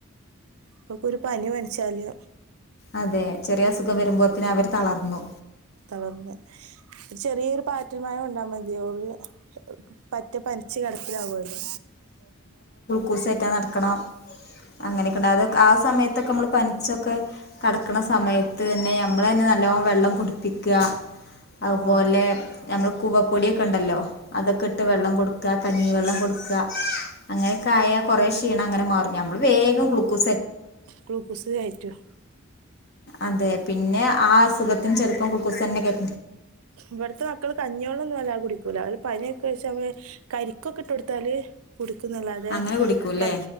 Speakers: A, on the right; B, on the left.
A: ഇപ്പൊക്കൊരു പനി പൻച്ചാല്
B: അതെ ചെറിയ അസുഖം വരുമ്പോത്തിന് അവര് തളർന്നു
A: തളർന്ന് ഒരു ചെറിയൊരു പാറ്റൽമഴ കൊണ്ടാ മതി ഓള് പറ്റെ പൻ ച്ചി കിടപ്പിലാകൊല്ലോ
B: കുസേറ്റാൻ നടക്കണം അങ്ങനൊക്കെ ണ്ടാതെ ആ സമയത്തൊക്കെ നമ്മള് പനിച്ചൊക്കെ കടക്കണ സമയത്ത് തന്നെ നമ്മളന്നെ നല്ലോ വെള്ളം കുടിപ്പിക്ക അതുപോലെ
A: ആ
B: നമ്മള് കുവപ്പൊടിയൊക്കെ ഉണ്ടല്ലോ അതൊക്കെ ഇട്ട് വെള്ളം കൊടുക്ക കഞ്ഞിവെള്ളം കൊടുക്കുക അങ്ങനെയൊക്കെ ആയ കുറ ണ അങ്ങനെ മാറ നമ്മൾ വേഗ ഗ്ലൂക്കോ
A: ഗ്ലുക്കോസ് കയറ്റുവാ
B: അതെ പിന്നെ ആ അസുഖത്തിന് ചെലപ്പംഗ്ലുക്കോസ് തന്നെ ക
A: ഇവിടത്തെ മക്കൾ കഞ്ഞിവെള്ളംന്നും വല്ലാ കുടിക്കൂല അവര് പനിയൊക്കെ വെച്ച വേം കരിക്കൊക്ക ഇട്ട് കൊടുത്താല് കുടിക്കുന്നുല്ലാതെ
B: അങ്ങനെ കുടിക്കൂല്ലേ
A: ക